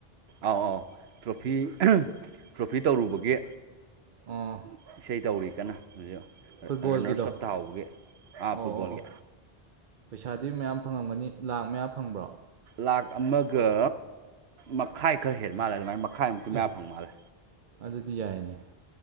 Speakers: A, on the right; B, on the right.
A: ꯑꯥꯎ ꯑꯥꯎ ꯇ꯭ꯔꯣꯐꯤ ꯇ꯭ꯔꯣꯐꯤ ꯇꯧꯔꯨꯕꯒꯤ
B: ꯑꯥ
A: ꯏꯁꯩ ꯇꯧꯔꯤ ꯀꯟꯅ ꯍꯧꯖꯤꯛ
B: ꯐꯨꯠꯕꯣꯜꯒꯤꯗꯣ
A: ꯔꯟꯅꯔꯁ ꯑꯞ ꯇꯥꯍꯧꯕꯒꯤ ꯑꯥ
B: ꯑꯣ
A: ꯐꯨꯠꯕꯣꯜꯒꯤ
B: ꯑꯣ ꯑꯣ ꯄꯩꯁꯥꯗꯤ ꯃꯌꯥꯝ ꯐꯪꯉꯝꯒꯅꯤ ꯂꯥꯛ ꯃꯌꯥ ꯐꯪꯕ꯭ꯔꯣ
A: ꯂꯥꯛ ꯑꯃꯒ ꯃꯈꯥꯏ ꯈꯔ ꯍꯦꯟ ꯃꯥꯜꯂꯦ ꯑꯗꯨꯃꯥꯏ ꯃꯈꯥꯏꯃꯨꯛꯀꯤ ꯃꯌꯥ
B: ꯑꯦ
A: ꯐꯪ ꯃꯥꯜꯂꯦ
B: ꯑꯗꯨꯗꯤ ꯌꯥꯏꯅꯦ